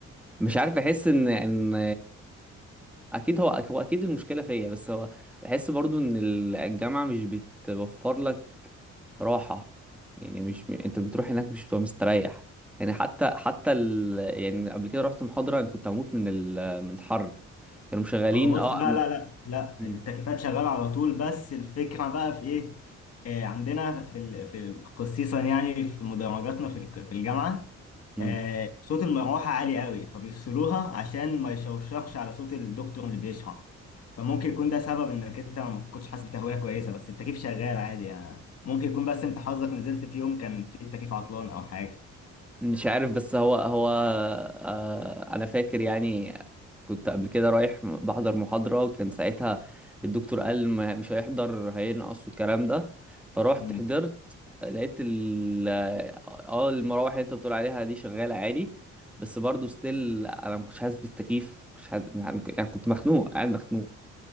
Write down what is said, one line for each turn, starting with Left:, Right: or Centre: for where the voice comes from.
Centre: مش عارف بحس ان ان اكيد هو هو اكيد المشكله فيا بس هو بحس برضو ان ال- الجامعه مش بتوفر لك راحه يعني مش م... انت بتروح هناك مش بتبقى مستريح يعني حتى حتى ال... يعني قبل كده رحت محاضره انا كنت هموت من ال... من الحر كانوا مشغلين
Left: هو بص
Centre: اه
Left: لا
Centre: م-
Left: لا لا لا
Centre: م-
Left: التكييفات شغاله على طول بس الفكره بقى في ايه آه، عندنا في ال... في ال- خصيصا يعني في مدرجاتنا في الك- في الجامعه
Centre: م.
Left: آه، صوت المروحه عالي قوي فبيفصلوها عشان ما يشوشرش على صوت الدكتور اللي بيشرح فممكن يكون ده سبب انك انت ما كنتش حاسس بتهويه كويسه بس التكييف شغال عادي يعني ممكن يكون بس انت حظك نزلت في يوم كان فيه التكييف عطلان او حاجه
Centre: مش عارف بس هو هو آه انا فاكر يعني كنت قبل كده رايح م- بحضر محاضرة وكان ساعتها الدكتور قال ما- مش هيحضر هينقص والكلام ده فروحت
Left: مم.
Centre: حضرت لقيت ال اه آه، المراوح اللي انت بتقول عليها دي شغالة عادي بس برضه ستيل انا ما كنتش حاسس بالتكييف مش حاسس يعني كنت مخنوق قاعد مخنوق